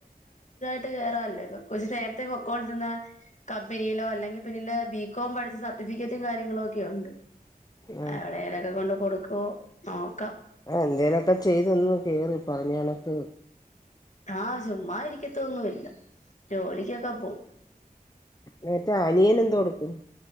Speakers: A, on the left (about 50°); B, on the left (about 25°).
A: <unintelligible> കൊറച്ച് നേരത്തെ പക്കോണ്ടിരുന്ന കമ്പനിയിലോ അല്ലെങ്കിൽ പിന്നില് ബികോം പഠിച്ച സർട്ടിഫിക്കറ്റും കാര്യങ്ങളും ഒക്കെ ഉണ്ട്
B: ഉം
A: എവിടെങ്കിലൊക്കെ കൊണ്ട് കൊടുക്ക ഓ ആ
B: ആ എന്തേലൊക്കെ ചെയ്തന്ന് കേറി പറഞ്ഞ ണക്ക്
A: ആഹ ചുമ്മാ ഇരിക്കത്തൊന്നുല്ല ജോലിക്ക്‌ ഒക്കെ പോ
B: മറ്റേ അനിയന എന്തോ കൊടുക്കും